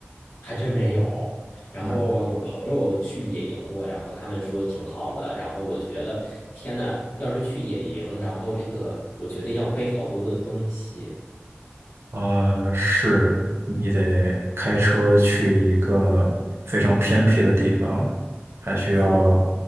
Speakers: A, on the left; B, on the right.
A: 还真没有。然后有朋友去野营过，
B: 没，
A: 然后他们说挺好的。然后我觉得，天呐，要是去野营，然后这个，我觉得要背好多的东西。
B: 呃，是，你得开车去一个非常偏僻的地方，还需要
A: 是，